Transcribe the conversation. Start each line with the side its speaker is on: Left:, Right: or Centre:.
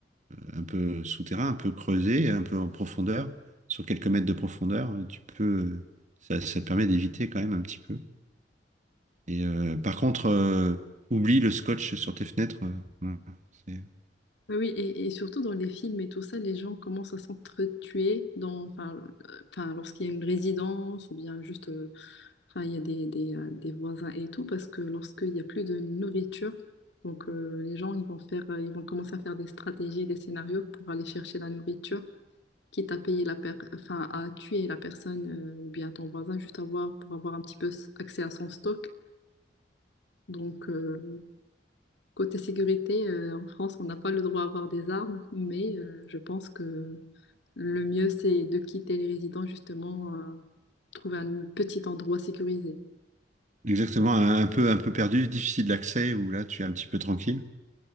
Right: euh, un peu souterrain, un peu creusé, un peu en profondeur, sur quelques mètres de profondeur, euh, tu peux, ça, ça te permet d'éviter quand même un petit peu. Et euh, par contre, euh, oublie le scotch sur tes fenêtres. euh, voilà. c'est
Left: Oui, oui, et, et surtout dans les films et tout ça, les gens commencent à s'entretuer dans, enfin, euh, enfin, lorsqu'il y a une résidence ou bien juste, euh, enfin, il y a des, des, euh, des voisins et tout, parce que lorsqu'il n'y a plus de nourriture, donc euh, les gens, ils vont faire, euh, ils vont commencer à faire des stratégies, des scénarios pour aller chercher la nourriture, quitte à payer la per- enfin, à tuer la personne euh, ou bien ton voisin, juste avoir, pour avoir un petit peu s- accès à son stock. Donc, euh, Côté sécurité, euh, en France, on n'a pas le droit à avoir des armes, mais euh, je pense que le mieux, c'est de quitter les résidents, justement, euh, trouver un petit endroit sécurisé.
Right: exactement un, un peu, un peu perdu, difficile d'accès, où là tu es un petit peu tranquille